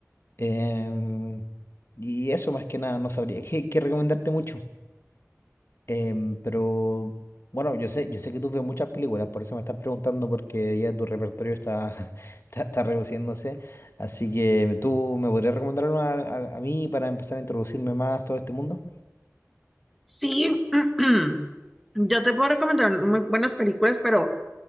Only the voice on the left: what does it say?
Em, y eso más que nada, no sabría qué, qué recomendarte mucho. Em, pero bueno, yo sé, yo sé que tú ves muchas películas, por eso me estás preguntando porque ya tu repertorio está, <laughs> está, está reduciéndose. Así que tú me podrías recomendar una a, a mí para empezar a introducirme más a todo este mundo.